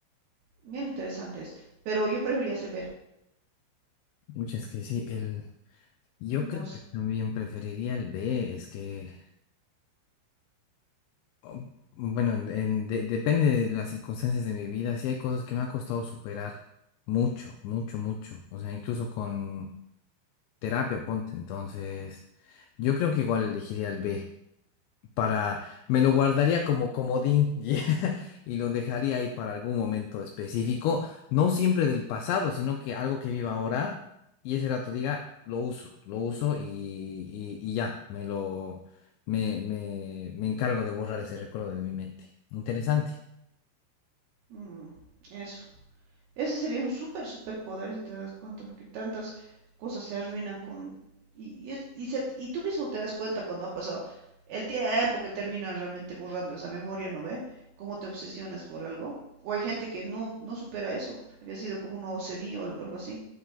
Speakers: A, on the right; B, on the left.
A: Bien interesante es, pero yo preferiría ser B.
B: muchas que sí. El... Yo
A: ¿Y
B: creo
A: vos?
B: que también preferiría el B, es que... um, bueno, en- en- de- depende de las circunstancias de mi vida. Sí hay cosas que me ha costado superar mucho, mucho, mucho. O sea, incluso con terapia, ponte. Entonces, yo creo que igual elegiría el B para, me lo guardaría como comodín <laughs> y, y lo dejaría ahí para algún momento específico, no siempre del pasado, sino que algo que viva ahora y ese rato diga, lo uso, lo uso y, y- y ya, me lo, me, me, me encargo de borrar ese recuerdo de mi mente. Interesante.
A: Mm, eso. Ese sería un súper superpoder si te das cuenta, porque tantas cosas se arruinan con... Y, y es- y se- y tú mismo te das cuenta cuando ha pasado el tiempo que termina realmente borrando esa memoria, ¿no ve? Cómo te obsesionas por algo. O hay gente que no, no supera eso. Había sido como un OCD o algo algo así.